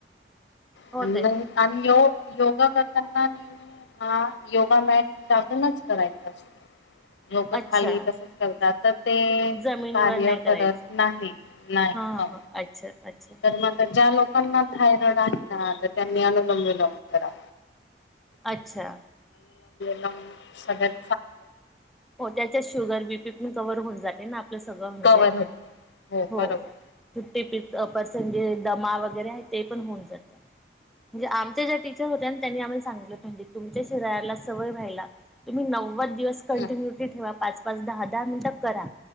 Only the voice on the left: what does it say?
<inaudible> <unintelligible>
योगा करताना नेहमी हा योगा मॅट टाकूनच करायचा असतो. लोक
खाली तसच करतात तर ते
कार्य
करत नाही नाय
हो.
तर म आता ज्या लोका त्यांना थायरॉइड आहे ना तर त्यांनी अनुलंब विलंब कराव.
द सगत
कवर होते
बरोबर
हम्म